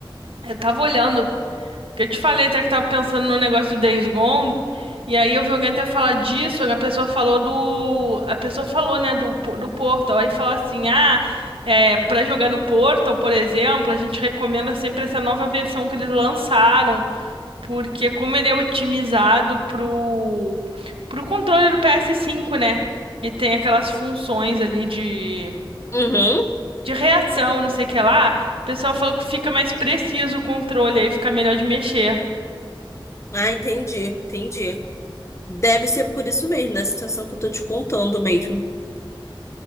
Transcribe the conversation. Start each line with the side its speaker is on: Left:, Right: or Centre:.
Right: Eu tava olhando. Que eu te falei até que tava pensando no negócio do Days Gone. E aí eu vi alguém até falar disso, a pessoa falou do. A pessoa falou, né, do, po- do Portal. Aí falou assim, ah, é, pra jogar no Portal, por exemplo, a gente recomenda sempre essa nova versão que eles lançaram. Porque como ele é otimizado pro, pro controle do PS5, né? E tem aquelas funções ali de,
Left: Uhum.
Right: de reação, não sei o que lá. O pessoal falou que fica mais preciso o controle, aí fica melhor de mexer.
Left: Ah, entendi, entendi. Deve ser por isso mesmo, da situação que eu tô te contando mesmo,